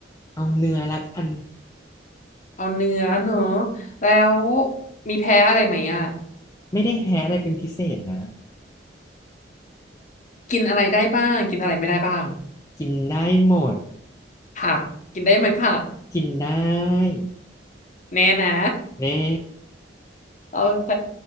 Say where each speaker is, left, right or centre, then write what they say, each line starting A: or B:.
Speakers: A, on the left; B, on the left.
A: เอาเนื้อละกัน
B: เอาเนื้อเนอะแล้วมีแพ้อะไรไหมอ่ะ
A: ไม่ได้แพ้อะไรเป็นพิเศษนะ
B: กินอะไรได้บ้างกินอะไรไม่ได้บ้าง
A: กินได้หมด
B: ผักกินได้ไหมผัก
A: กินได้
B: แน่นะ
A: แน่
B: <laughs> โอเค